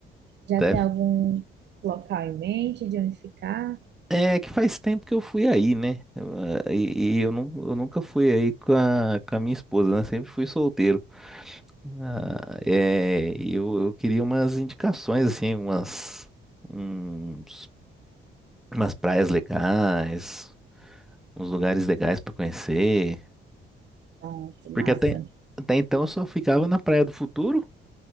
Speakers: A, on the right; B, in the centre.
A: Já
B: Até-
A: tem algum local em mente de onde ficar?
B: É que faz tempo que eu fui aí, né? Eu, ah, E, e eu, nu- eu nunca fui aí com a, com a minha esposa, né? Sempre fui solteiro. Ah, é, e eu, eu queria umas indicações, assim, umas, uns, umas praias legais, uns lugares legais pra conhecer.
A: Pronto,
B: Porque
A: massa.
B: até, até então eu só ficava na Praia do Futuro.